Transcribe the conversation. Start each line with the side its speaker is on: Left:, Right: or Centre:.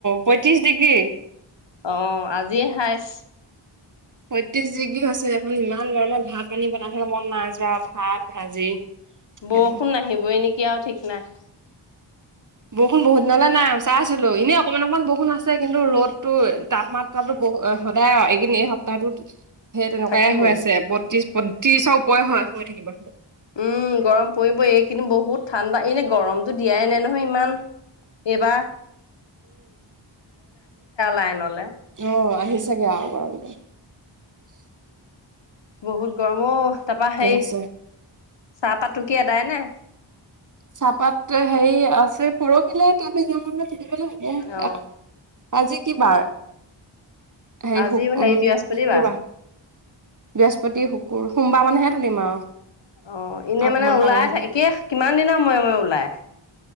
Right: পয়ত্ৰিশ ডিগ্ৰী।
Left: অ আজিয়ে শাইছ।
Right: সত্ৰিশ ডিগ্ৰী হৈছে দেখোন ইমান গৰমত ভাত পানী বনাই থলে মন নাযোৱা ভাত ভাজি, সেইবোৰ।
Left: বৰষুণ নাহিবই নেকি আৰু ঠিক নাই।
Right: বৰষুণ বহুত দিনালে নাই চাই আছিলো এনেই অকমান অকণমান বৰষুণ আছে কিন্তু ৰ'দতো তাপমাত্ৰাতো। সদায় এইকিন এই সপ্তাহটোত, সেই তেনেকুৱাইে
Left: থাকিবই
Right: হৈ আছে বত্ৰিশ বত্ৰিশৰ ওপৰে হয় হৈ থাকিব।
Left: উম, গৰম পৰিব এই কিন্তু বহুত ঠাণ্ডা এনে গৰমতটো দিয়াই নাই নহয় ইমান। এবাৰ লাইনলে
Right: আহ আহি চাগে আৰু গৰমটো উ,
Left: বহুত গৰমো তাৰপা সেই
Right: হৈছে।
Left: চাহপাত কি এদায় ন
Right: চাহপাত হেৰি আছে পৰহিলে তাৰি ম
Left: অ
Right: হ আজি কি বাৰ সেই
Left: আজি
Right: শুক
Left: হেৰি
Right: উম শুকুৰবাৰ
Left: বৃহস্পতিবাৰ
Right: বৃহস্পতি শুক ক সোমবাৰ মানেহে তুলিম আৰু
Left: অ' এনে
Right: অকমান
Left: মানে ওলাই
Right: ডাঙৰ
Left: থ
Right: হ'ব
Left: একে কিমান দিনৰ মই মই ওলাই